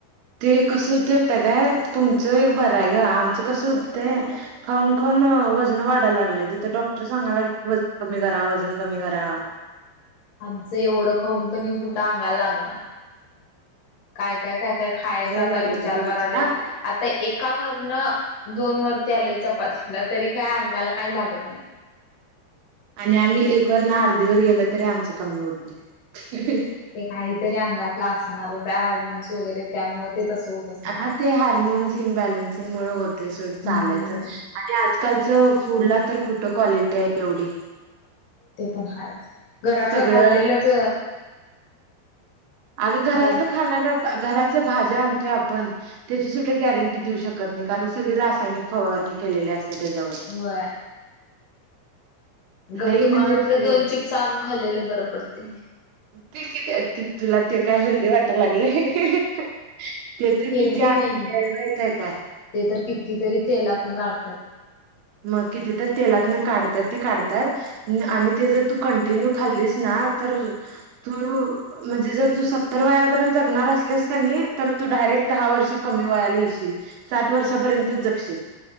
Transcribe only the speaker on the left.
आमचं एवढं खाऊन पनि कुठं अंगाला लागना काय काय काय काय खायचं
आता
विचार
करायले. आता एकावरन दोन वरती आलेय चपातीला तरी काय अंगाला काही लागत नाही.
ते काहीतरी अंगातला असणारच त्या हार्मोन्स वगैरे त्यामुळे ते तसं होत असणार.
हम्म
ते पण हायच घरातलं
खाल्लेलंच
घर
व्हाय
गप
दुकानातलं
दोन चिप्स आणून खाल्लेलं बरं पडते.
हेल्दी
नाही
ते तर कितीतरी तेलातन काढत्यात.